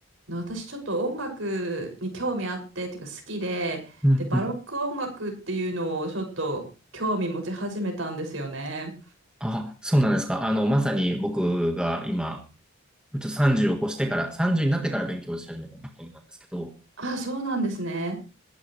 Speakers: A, on the right (about 65°); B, in the centre.
A: の私ちょっと音楽に興味あって、っていうか好きで、
B: うんうん。
A: で、バロック音楽っていうのをちょっと興味持ち始めたんですよね。
B: あ、そうなんですか。あの、まさに僕が今、ちょっと30を越してから、30になってから勉強し始めたことなんですけど、
A: あそうなんですね。